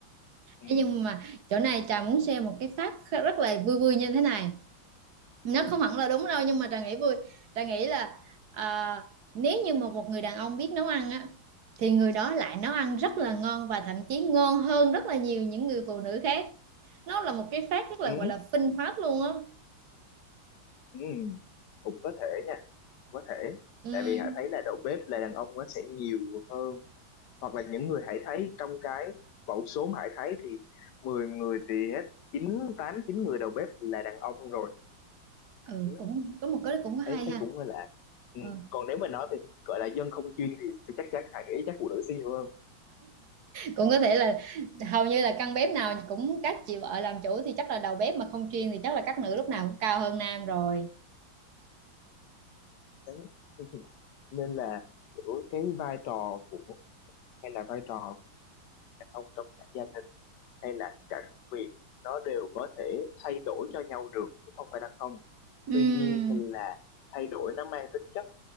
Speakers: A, on the left; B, on the right.
A: ừ.
B: Thế nhưng mà chỗ này Trà muốn share một cái phát rất là vui vui như thế này nó không hẳn là đúng đâu nhưng mà Trà nghĩ vui Trà nghĩ là à, nếu như mà một người đàn ông biết nấu ăn á thì người đó lại nấu ăn rất là ngon và thậm chí ngon hơn rất là nhiều những người phụ nữ khác nó là một cái fact rất là
A: Ừ.
B: gọi là phinh phát luôn á
A: Ừ. cũng có thể nha có thể
B: Ừm.
A: tại vì hải thấy là đầu bếp là đàn ông nó sẽ nhiều hơn hoặc là những người hải thấy trong cái mẫu số mà hải thấy thì 10 người thì hết chín tám chín người đầu bếp là đàn ông rồi
B: ừ
A: Ừ,
B: cũng có một cái cũng có hay
A: thấy
B: ha
A: thấy cũng hơi lạ ừ.
B: ừ.
A: còn nếu mà nói về gọi là dân không chuyên thì, thì chắc chắn hải nghĩ chắc phụ nữ sẽ nhiều hơn
B: cũng có thể là hầu như là căn bếp nào cũng các chị vợ làm chủ thì chắc là đầu bếp mà không chuyên thì chắc là các nữ lúc nào cũng cao hơn nam rồi
A: đấy <laughs> nên là giữa cái vai trò của hay là vai trò của đàn ông trong cả gia đình hay là cả công việc nó đều có thể thay đổi cho nhau được chứ không phải là không
B: Ừm,
A: tuy nhiên là thay đổi nó mang tính chất